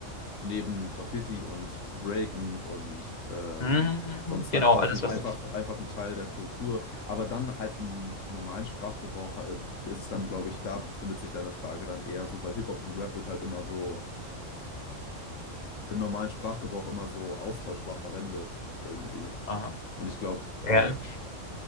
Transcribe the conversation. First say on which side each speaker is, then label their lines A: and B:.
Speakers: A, on the left (about 75°); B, on the left (about 35°).
A: neben Graffiti und Breaken und ähm,
B: Mhm.
A: sonst
B: Genau,
A: halt auch
B: alles
A: ein,
B: was.
A: einfach, einfach ein Teil der Kultur. Aber dann halt im normalen Sprachgebrauch äh, ist es dann, glaube ich, da befindet sich deine Frage dann eher so, weil Hip-Hop und Rap wird halt immer so im normalen Sprachgebrauch immer so austauschbar verwendet irgendwie.
B: Aha.
A: Und ich glaube,
B: Ja,
A: aber.